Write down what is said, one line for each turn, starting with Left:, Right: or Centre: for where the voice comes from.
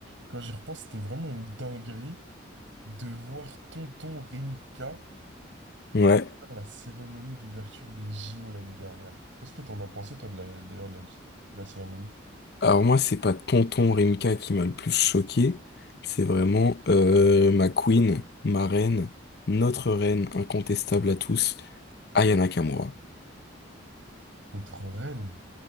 Right: Quand j'y repense, c'était vraiment une dinguerie de voir Tonton Rimka
Left: Ouais.
Right: faire la cérémonie d'ouverture des JO l'année dernière. Qu'est-ce que t'en as pensé, toi, de la- d'ailleurs, de la, de la cérémonie?
Left: Alors moi, c'est pas Tonton Rimka qui m'a le plus choqué, c'est vraiment euh, ma queen, ma reine, notre reine incontestable à tous, Aya Nakamura.
Right: Notre reine.